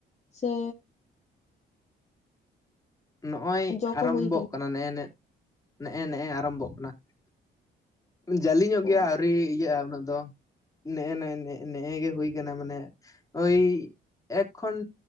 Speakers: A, on the left (about 35°); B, on the left (about 15°).
A: ᱥᱮ
B: ᱱᱚᱜᱼᱚᱭ
A: ᱡᱚ
B: ᱟᱨᱟᱢᱵᱷᱚᱜ
A: ᱠᱚ ᱦᱩᱭ
B: ᱠᱟᱱᱟ ᱱᱮᱜᱼᱮ ᱱᱮ ᱱᱮᱜᱼᱮ ᱱᱮᱜᱼᱮ ᱟᱨᱚᱢᱵᱷᱚᱜ ᱠᱟᱱᱟ᱾ ᱡᱟᱹᱞᱤ ᱧᱚᱜ ᱜᱮᱭᱟ
A: ᱚ
B: ᱟᱹᱣᱨᱤ ᱤᱭᱟᱹᱜᱼᱟ ᱩᱱᱟᱹᱜ ᱫᱚ᱾ ᱱᱮᱜᱼᱱ ᱱᱮᱜᱼᱮ ᱱᱮᱜᱼᱮ ᱜᱮ ᱦᱩᱭ ᱠᱟᱱᱟ ᱢᱟᱱᱮ ᱳᱭ ᱮᱠ ᱠᱷᱚᱱ